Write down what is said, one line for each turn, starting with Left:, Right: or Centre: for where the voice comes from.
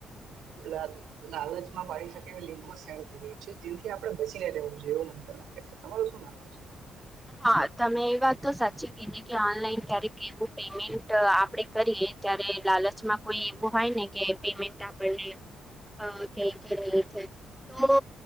Right: બક <inaudible> લાલચમાં પાડી શકે એવી લિંકો શે થઈ રહી છે જેથી આપડે બચીને રહેવું જોઈએ એવું મને તો લાગે છે તમાર શું ભ છે <inaudible>
Centre: હા તમે એ વાત તો સાચી કીધી કે ઓનલાઈન ક્યારેક એવું પેમેન્ટ આપણેે કરીએ ત્યારે લાલચમાં કોઈ એવું હોય ને કે પેમેન્ટ આપણને હા ક છે <unintelligible> તો